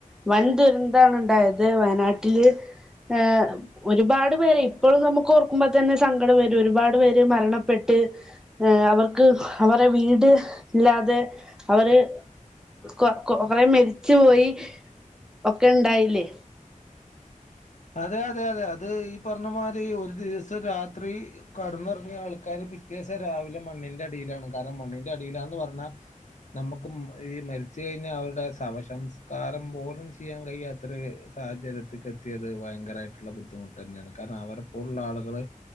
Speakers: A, in the centre; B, on the left.
A: വൻ ദുരന്താണ് ഉണ്ടായത് വയനാട്ടില് ഏ ഒരുപാട് പേര് ഇപ്പോഴും നമുക്ക് ഓർക്കുമ്പോ തന്നെ സങ്കടം വരും ഒരുപാട് പേര് മരണപ്പെട്ട് ഏ അവർക്ക് അവരെ വീട് ഇല്ലാതെ അവര് കൊ കൊ കൊറെ മരിച്ചുപയി ഒക്കെ ഉണ്ടായില്ലേ
B: അതെ അതെ അതെ അത് ഈ പറഞ്ഞമാതിരി ഒരു ദിവസം രാത്രി കടന്നിറങ്ങിയ ആൾക്കാർ പിത്യാവശം രാവിലെ മണ്ണിന്റെ അടിയിലാണ് കാരണം മണ്ണിന്റെ അടിയിലാന്ന് പറഞ്ഞാൽ നമുക്ക് ഈ മരിച്ച കഴിഞ്ഞാൽ അവരുടെ സവസംസ്കാരം പോലും ചെയ്യാൻ കഴിയാത്ര സാഹചര്യത്തിലേക്ക് എത്തി യത് ഭയങ്കരമായിട്ടുള്ള ബുദ്ധിമുട്ട് തന്നെയാണ് കാരണം അവരെപ്പോഴ ഉള്ള ആളുകള്